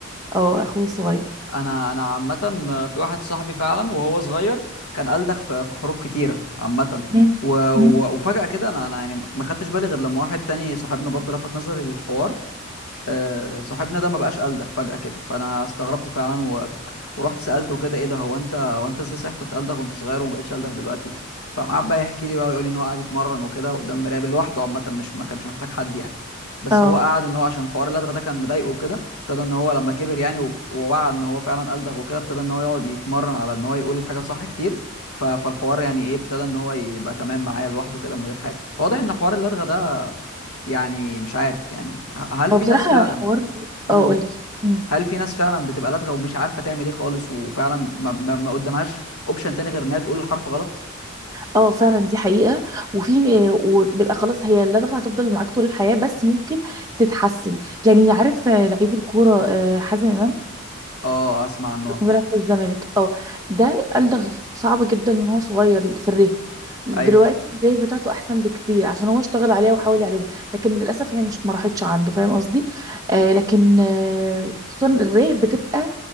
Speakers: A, on the right; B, on the left.
A: اه اخوي الصغير
B: انا انا عامه في واحد صاحبي فعلا وهو صغير كان ألدغ في في حروف كتيره عامه
A: مم.
B: و... و...
A: مم.
B: وفجأة كده انا انا يعني ما خدتش بالي غير لما واحد تاني صاحبنا برضه لفت نظري للحوار آه، صاحبنا ده ما بقاش قلدغ فجأة كده فانا استغربت فعلا و... ورحت سألته كده ايه ده هو انت هو انت ازاي صحيح كنت قلدغ وانت صغير وما بقتش قلدغ دلوقتي فقام قعد بقى يحكي لي بقى ويقول لي ان هو قاعد يتمرن وكده قدام المرايه لوحده عامة مش ما كانش محتاج حد يعني بس
A: اه
B: هو قعد ان هو عشان حوار اللدغه ده كان مضايقه وكده ابتدى ان هو لما كبر يعني و- ووعى ان هو فعلا قلدغ وكده ابتدى ان هو يقعد يتمرن على ان هو يقول الحاجه صح كتير ف... فالحوار يعني ايه ابتدى ان هو يبقى تمام معايا لوحده كده من غير حاجه فواضح ان حوار اللدغه ده يعني مش عارف يعني ه- هل في
A: هو بصراحة
B: ناس فعلا
A: الحوار
B: امم
A: اه قولي مم.
B: هل في ناس فعلا بتبقى لدغة ومش عارفة تعمل ايه خالص وفعلا ما, ما, ما قدامهاش اوبشن تاني غير انها تقول الحرف غلط
A: اه فعلا دي حقيقة وفي آه، وبيبقى خلاص هي اللدغة هتفضل معاك طول الحياة بس ممكن تتحسن يعني عارف آه، لعيب الكورة آه، حازم إمام
B: اه اسمع عنه
A: بيلعب في الزمالك اه ده قال ده صعب جدا من هو صغير في الريه دلوقتي
B: ايوه
A: الريه بتاعته احسن بكتير عشان هو اشتغل عليها وحاول يعالجها لكن للاسف هي مش ما راحتش عنده فاهم قصدي آه لكن آه خصوصا الريه بتبقى